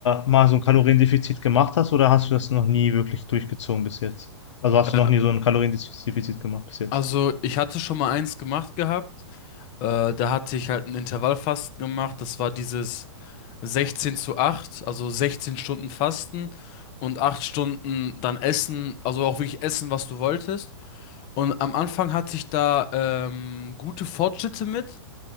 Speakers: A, on the left; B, on the left.
A: mal so ein Kaloriendefizit gemacht hast oder hast du das noch nie wirklich durchgezogen bis jetzt? Also, hast
B: Äh,
A: du noch nie so ein Kaloriendefizit gemacht bis jetzt?
B: Also ich hatte schon mal eins gemacht gehabt. Äh, da hatte ich halt ein Intervallfasten gemacht. Das war dieses sechzehn zu acht also sechzehn Stunden Fasten und 8 Stunden dann Essen, also auch wirklich essen, was du wolltest. Und am Anfang hatte ich da ähm, gute Fortschritte mit,